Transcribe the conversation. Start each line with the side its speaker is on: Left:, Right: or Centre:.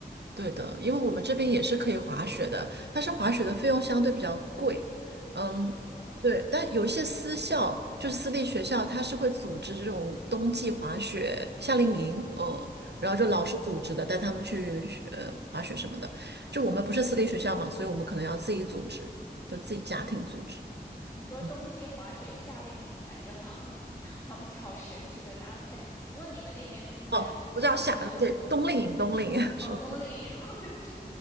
Right: 对的，因为我们这边也是可以滑雪的，但是滑雪的费用相对比较贵。嗯，
Left: 真的，
Right: 对，但有一些私校，就是私立学校，它是会组织这种冬季滑雪夏令营，嗯，然后就老师组织的，
Left: 嗯。
Right: 带他们去呃滑雪什么的。就我们不是私立学校嘛，所以我们可能要自己组织，就自己家庭组织。
Left: 你说冬季滑雪、
Right: 嗯
Left: 夏令营，感觉好 <laughs> 好好神奇的搭配。不过你们那边冬天，
Right: 哦，不叫夏，
Left: 你们
Right: 嗯对，冬令营，冬令营，<laughs> 说错，
Left: 哦冬令营，<laughs> 我就说